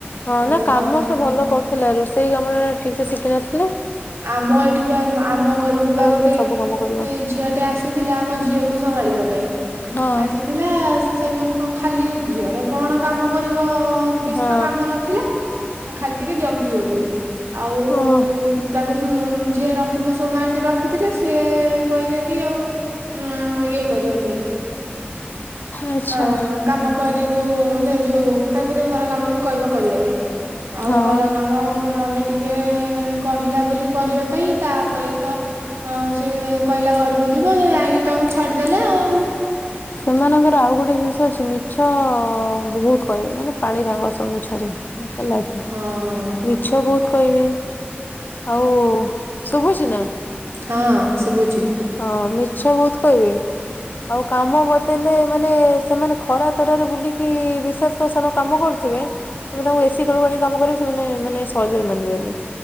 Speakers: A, on the left; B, on the right.
A: ହଁ
B: ଆଉ
A: ନା କାମ
B: ତମ
A: ସେ ଭଲ କରୁଥିଲା ରୋଷେଇ କାମରେ ଠିକ ସେ ଶିଖିିନଥିଲେ।
B: ଆମ ଏଠି ବା ଆମ ଘରକୁ ବା ଗୋଟେ
A: ଖରି ସବୁ କାମ କରିବ
B: ଝିଅଟେ ଆସିଥିଲା ଆମ ଝିଅକୁ ସମ୍ଭାଳିବା ପାଇଁ।
A: ହଁ
B: ଥିଲା ସେ ଖାଲି ଝିଅର କଣ କାମ କରିବ। କିଛି
A: ହଁ
B: ତ କାମ ନଥିଲା ଖାଲି ଟିକେ ଜଗିବ ବୋଲି ଆଉ
A: ହଁ
B: ତାକୁ ଯିଏ ରଖି ମୋ ସୋମା ଆଣ୍ଟି ରଖିଥିଲେ ସିଏ କହିଲେ କି ଆଉ ଉଁ ଇଏ କରିବା ପାଇଁ।
A: ଆଚ୍ଛା।
B: ଅ କାମ କରିବୁ ନା ଯୋଉ ତାକୁଟିକେ ଘର କାମ ବି କହିବ କରିବା ପାଇଁ। ଆଉ
A: ହଁ।
B: ଘର କାମ ମମି ଟି କେ କହିଲା ବୋଲି କରିବା ପାଇଁ ତାପରେ ତ ସେ କହିଲା ଘରକୁ ଯିବ ଯ ଯାଇକି ତାକୁ ଛାଡ଼ିଦେଲେ ଆଉ।
A: ସେମାନଙ୍କର ଆଉ ଗୋଟେ ଜିନିଷ ଅଛି ମିଛ ବହୁତ କହିବେ ମାନେ ପାଣି ତାଙ୍କର ସବୁ ମିଛରେ। ହେଲା କି
B: ହଁ
A: ମିଛ ବହୁତ କହିବେ। ଆଉ ଶୁଭୁଛି ନା।
B: ହଁ ଶୁଭୁଛିି।
A: ହଁ ମିଛ ବହୁତ କହିବେ। ଆଉ କାମ ବତେଇଲେ ମାନେ ସେମାନେ ଖରା ତରାରେ ବୁଲିକି ବିଶ୍ୱାସ କର ସେମାନେ କାମ କରୁଥିବେ। ତମେ ତାଙ୍କୁ ଏସିି ତଳକୁ ଆଣି କାମ କରିବ ସେମାନେ ମାନେ ସହଜରେ ମାନିବେନି।